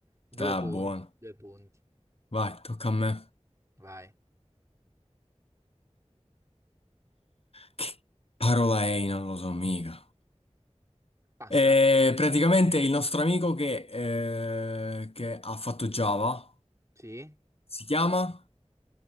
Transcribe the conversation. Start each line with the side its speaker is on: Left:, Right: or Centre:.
Right: Due
Left: da
Right: punti,
Left: buono.
Right: due punti.
Left: Vai, tocca a me.
Right: Vai.
Left: Che parola è? Non lo so mica.
Right: Passa,
Left: E
Right: passa.
Left: praticamente il nostro amico che, eh, che ha fatto Java
Right: Sì?
Left: si chiama?